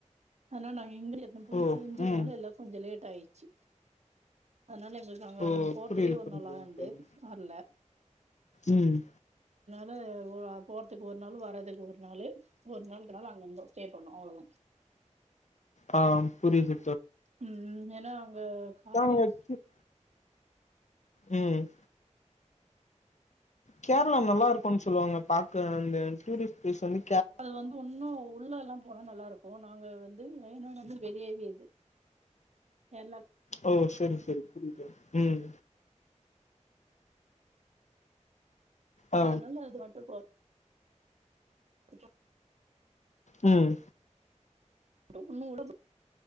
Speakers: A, on the right; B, on the left.
A: அதனா ந <unintelligible> எத போய்
B: ஓ
A: செஞ்சதுனால
B: ம்
A: எல்லா கொஞ்ச லேட் ட்டாய்ச்சி அத்னால எங்களுக்கு அங்க
B: ஓ
A: நாங்க போற்துக்கே
B: புரியுது
A: ஒரு
B: புரியுது
A: நாள் ஆயந்து
B: தோழி
A: கார்ல
B: ம்
A: வே வோ அ போற்துக்கு ஒரு நாளு வறதுக்கு ஒரு நாளு ஒர் நாள் ட்ராவு அங் வந்தோ ஸ்டே பண்ணோ அவுளோதா
B: ஆ புரிய்து
A: ம் ம் எனா அங்க கார்ல்
B: அங்க கே- ம் கேர்ளா நல்லா இருக்குன் சொல்வாங்க பாக்க அந்த டூரிஸ்ட் ப்ளேஸ் வந்தி
A: அது வந்து ஒன்னு உள்ளல்லா போனா நல்லாருக்கு நாங்க வந்து வயநாட து வெளியவே இது கேர்ளா
B: ஓ செரி செரி புரிய்துகா ம் ஆ
A: அதுனால அது மட்டு கொல் துமா
B: ம்
A: டொப்புன்னு கூட ப